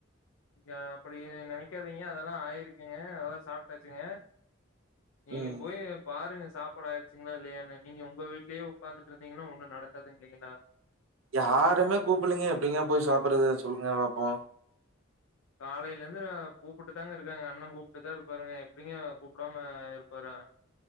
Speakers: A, on the left; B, on the right.
A: நீங்க அப்படி நினைக்காதீங்க அதெல்லா ஆயிருக்குங்க அதெல்லா சாப்ட்டாச்சுங்க நீங்க
B: ம்
A: போயி பாருங்க சாப் சாப்பாடு ஆயிருச்சீங்களா இல்லையானு நீங்க உங்க வீட்லயே உக்காந்துட்ருந்தீங்கன்னா ஒன்னு நடக்காது இல்லைங்களா
B: யாருமே கூப்பில்லீங்க எப்டிங்க போய் சாப்பிடுறது சொல்லுங்க பாப்போ
A: காலையில இருந்து நா கூப்பிட்டு தாங்க இருக்காங்க அண்ணன் கூப்பிட்டுதா இருப்பாருங்க எப்டிங்க கூப்பிடாம இருப்பாரா